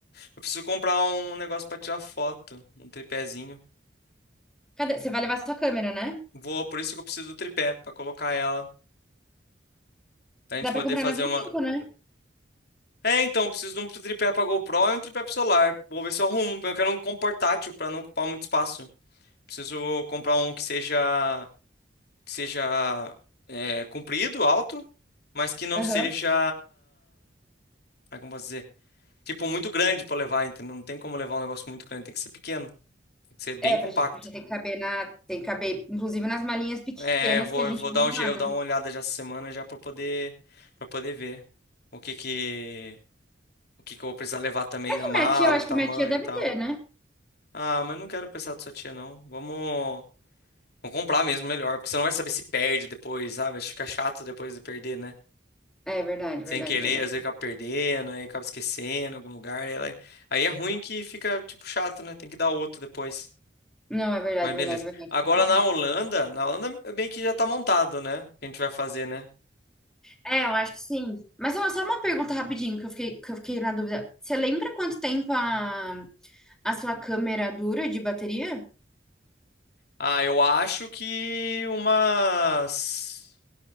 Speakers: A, on the left; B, in the centre.
A: Eu preciso comprar um negócio pra tirar foto, um tripézinho.
B: Cadê? Você vai levar sua câmera, né?
A: Vou, por isso que eu preciso do tripé, pra colocar ela, pra gente
B: Dá
A: poder
B: pra comprar
A: fazer
B: na vinte
A: uma...
B: e cinco, né?
A: É, então, eu preciso de um tripé pra GoPro e um tripé pro celular. Vou ver se eu arrumo. Eu quero um com portátil pra não ocupar muito espaço. Preciso comprar um que seja que seja é, comprido, alto, mas que não
B: Aham.
A: seja, ah, como posso dizer, tipo muito grande pra levar, entendeu? Não tem como levar um negócio muito grande, tem que ser pequeno, tem que ser bem
B: É,
A: compacto.
B: pra gente, porque tem que caber na, tem que caber, inclusive, nas malinhas pequenas
A: É, eu vou
B: que a gente
A: eu vou dar
B: vai
A: um,
B: usar,
A: je- eu vou
B: né?
A: dar uma olhada já essa semana já para poder para poder ver o que que o que que eu vou precisar levar também,
B: É que
A: a mala,
B: minha tia, eu acho
A: o tamanho
B: que minha tia deve
A: e tal.
B: ter, né?
A: Ah, mas não quero pensar da sua tia, não. Vamos, vamos comprar mesmo, melhor. Porque você não vai saber se perde depois, sabe? Acho que fica chato depois de perder, né?
B: É verdade,
A: Sem
B: verdade,
A: querer,
B: verdade.
A: às vezes acaba perdendo, aí acaba esquecendo em algum lugar. Aí, aí é ruim que fica, tipo, chato, né? Tem que dar outro depois.
B: Não, é verdade,
A: Mas
B: verdade,
A: beleza.
B: verdade.
A: Agora
B: Faz sentido.
A: na Holanda, na Holanda é meio que já tá montado, né? O que a gente vai fazer, né?
B: É, eu acho que sim. Mas ó, só uma pergunta rapidinho que eu fiquei, que eu fiquei na dúvida. Você lembra quanto tempo a, a sua câmera dura de bateria?
A: Ah, eu acho que umas